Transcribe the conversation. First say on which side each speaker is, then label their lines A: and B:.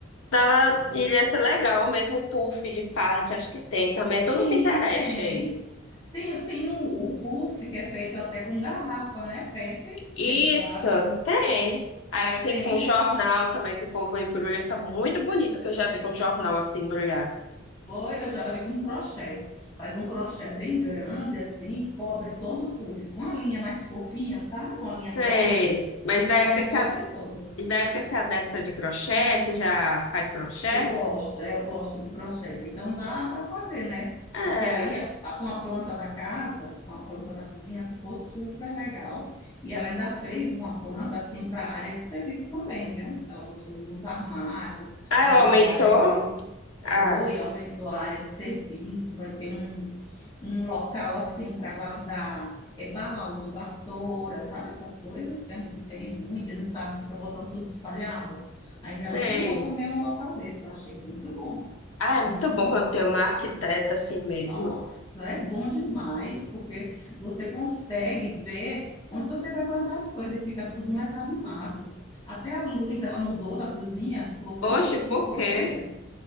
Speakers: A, on the left; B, on the left.
A: Dá,
B: Eu vou...
A: iria ser legal, mesmo puff de pallet, acho que tem também.
B: Sim,
A: É tudo Pinterest
B: tem.
A: aí.
B: Tem, tem o, o buff que é feito até com garrafa, né? PET
A: Isso,
B: reciclável.
A: tem. Aí tem
B: Tem.
A: com jornal também, que o povo embrulha, fica muito bonito, que eu já vi com jornal assim embrulhado.
B: Foi, eu já vi com um crochê. Faz um crochê bem grande, assim, cobre todo o puff, com a linha mais fofinha, sabe? Uma linha
A: Sei,
B: grossa.
A: mas na época
B: Aí
A: você,
B: cobre
A: é-
B: todo.
A: mas na época você é adepta de crochê, você já faz crochê?
B: Eu gosto, é, eu gosto de crochê. Então dá para fazer, né?
A: Ah,
B: Porque aí a- a- com a planta da casa, com a planta da cozinha, ficou super legal. E ela ainda fez uma planta assim para a área de serviço também, viu? Ela botou uns armários,
A: ah,
B: aumentou
A: ela aumentou?
B: a área de serviço.
A: Ah,
B: Foi, aumentou a área de serviço. Vai ter um, um local assim para guardar é, balde, vassoura, sabe essas coisas que a gente tem muito e não sabe, fica botando tudo espalhado. Aí
A: sei.
B: ela criou também um local desse, eu achei muito bom.
A: Ah, é muito
B: Muito.
A: bom quando tem uma arquiteta assim mesmo.
B: Nossa, é bom demais, porque você consegue ver onde você vai guardar as coisas e fica tudo mais arrumado. Até a luz, ela mudou da cozinha, colocou
A: Poxa,
B: outros tipos
A: por quê?
B: diferentes.